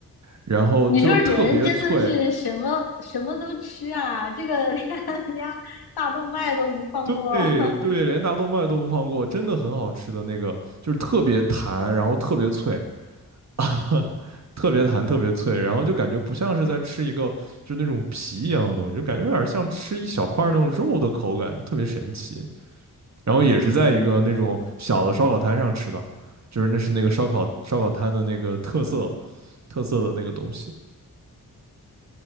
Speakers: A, on the right; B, on the left.
A: 然后就特别脆。
B: 你说人真的是什么什么都吃啊，这个 <laughs> 连人家大动脉都不放过。
A: 对对，
B: <laughs>
A: 连大动脉都不放过，真的很好吃的那个，就是特别弹，然后特别脆，<laughs> 特别弹，特别脆，
B: 嗯
A: 然后就感觉不像是在吃一个就那种皮一样的东西，就感觉有点像吃一小块那种肉的口感，就特别神奇。然后也是在一个那种小的烧烤摊上吃的，
B: 嗯，
A: 就是那是那个烧烤烧烤摊的那个特色特色的那个东西。